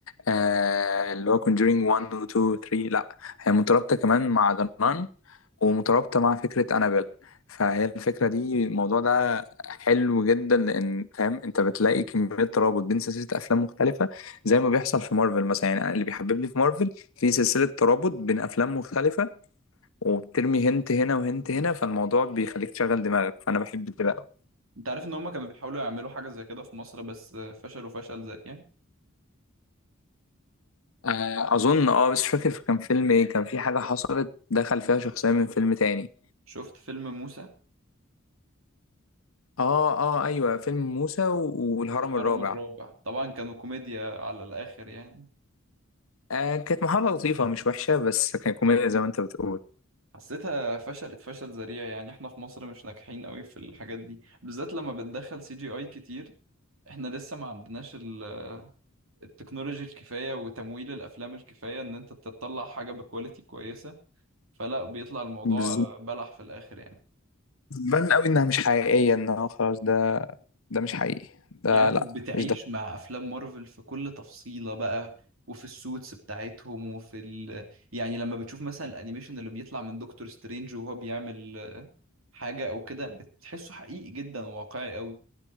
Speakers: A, on the left; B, on the right.
A: آه اللي هو كونجورينج 1 و 2 و 3 لا هي مترابطه كمان مع جنان ومترابطه مع فكره انابيل فهي الفكره دي الموضوع ده حلو جدا لان فاهم انت بتلاقي كميه ترابط بين سلسله افلام مختلفه زي ما بيحصل في مارفل مثلا يعني اللي بيحببني في مارفل في سلسله ترابط بين افلام مختلفه وبترمي هنت هنا وهنت هنا فالموضوع بيخليك تشغل دماغك فانا بحب كده قوي
B: انت عارف ان هما كانوا بيحاولوا يعملوا حاجة زي كده في مصر بس آه، فشلوا فشل ذريع
A: آه، اظن اه بس مش فاكر كان فيلم ايه كان في حاجه حصلت دخل فيها شخصيه من فيلم تاني
B: شفت فيلم موسى
A: اه اه ايوه فيلم موسى و- والهرم
B: والهرم
A: الرابع
B: الرابع طبعا كانوا كوميديا على الآخر يعني
A: آه كانت محاولة لطيفة مش وحشة بس كان كوميديا زي ما انت بتقول
B: حسيتها فشلت فشل ذريع يعني احنا في مصر مش ناجحين قوي في الحاجات دي بالذات لما بتدخل سي جي اي كتير احنا لسه ما عندناش ال- التكنولوجي الكفاية وتمويل الافلام الكفاية ان انت تطلع حاجة بكواليتي كويسة فلا بيطلع الموضوع
A: بالظبط
B: بلح في الاخر يعني
A: بان قوي انها مش حقيقية انه خلاص ده ده مش حقيقي ده
B: يعني
A: لا
B: انت بتعيش
A: مش ده
B: مع افلام مارفل في كل تفصيلة بقى وفي السوتس بتاعتهم وفي ال... يعني لما بتشوف مثلا الانيميشن اللي بيطلع من دكتور سترينج وهو بيعمل آه، حاجة او كده بتحسه حقيقي جدا وواقعي قوي